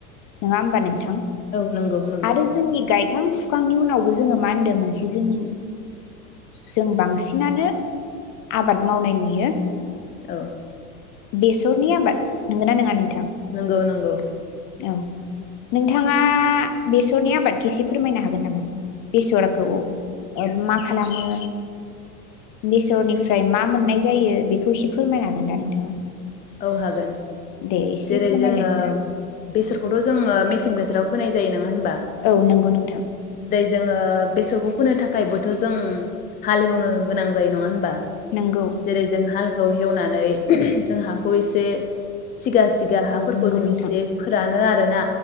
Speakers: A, on the left; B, on the left.
A: नङा होमबा नोंथां
B: औ नंगौ नंगौ
A: आरो <unintelligible> फुखांनि उनावबो जोङो मा होन्दों मोनसे जों जों बांसिनानो आबाद मावनाय नुयो
B: औ
A: बेसरनि आबाद नंगौना नङा नोंथां
B: नंगौ नंगौ
A: औ नोंथाङा बेसरनि आबादखिसे फोरमायनो हागोन नामा बेसरखौ मा खालामो बेसरनिफ्राय मा मोननाय जायो बेखौ एसे फोरमायनो हागोन दा नोंथाङा
B: औ हागोन
A: दे एसे
B: जेरै
A: फोरमायलाय
B: जोङो
A: अब्ला
B: बेसरखौथ' जोङो मेसें बोथोराव होनाय जायो नङा होन
A: औ नंगौ नोंथां
B: जोङो बेसरखौ फोनो थाखायबोथ' जों हालेवनो गोनां जायो नङा होनबा
A: नंगौ
B: जेरै जों हाल हेवनानै <unintelligible> जोंहा <unintelligible> सिगां <unintelligible> बिगा हाफोरखौ
A: औ नंगौ
B: जों
A: नोंथां
B: इसे फोरानो आरो आरो ना